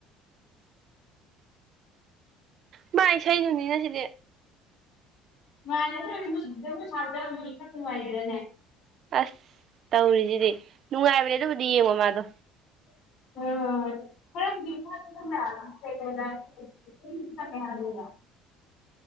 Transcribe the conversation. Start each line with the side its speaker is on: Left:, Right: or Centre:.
Right: ꯃꯥꯚꯥꯏ ꯏꯁꯩꯩꯅꯅꯤꯅ ꯁꯤꯗꯤ
Left: ꯃꯅꯗꯗ ꯁꯗ ꯃꯥꯏꯗꯅꯦ <unintelligible>
Right: ꯑꯁ ꯇꯧꯔꯤꯁꯤꯗꯤ ꯅꯨꯡꯉꯥꯏꯕ ꯂꯩꯦꯗꯕꯨꯗꯤ ꯌꯦꯡꯉꯣ ꯃꯥꯗꯣ
Left: ꯎ ꯍꯥꯏꯗ <inaudible>